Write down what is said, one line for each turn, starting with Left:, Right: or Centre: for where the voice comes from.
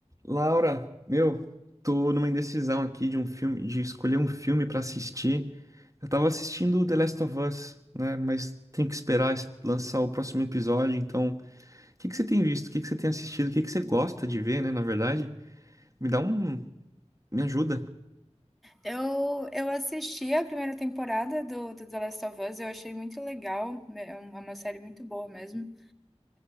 Right: Laura, meu, tô numa indecisão aqui de um filme, de escolher um filme pra assistir. Eu tava assistindo The Last of Us, né? Mas tem que esperar es- lançar o próximo episódio. Então, o que que você tem visto? O que que você tem assistido? O que que você gosta de ver, né? Na verdade, me dá um, me ajuda.
Centre: Eu, eu assisti a primeira temporada do, do The Last of Us, eu achei muito legal, né, é uma uma série muito boa mesmo.